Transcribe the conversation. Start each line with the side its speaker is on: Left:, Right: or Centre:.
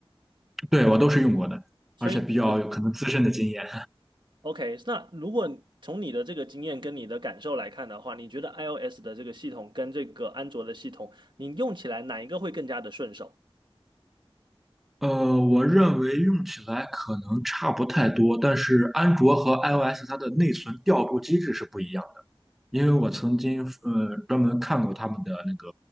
Centre: 对，我都是用过的，
Right: 所以你觉
Centre: 而且比较有可能资深的经验。
Right: OK，那如果从你的这个经验跟你的感受来看的话，你觉得 iOS 的这个系统跟这个安卓的系统，你用起来哪一个会更加的顺手？
Centre: 呃，我认为用起来可能差不太多，但是安卓和 iOS 它的内存调度机制是不一样的。因为我曾经呃专门看过他们的那个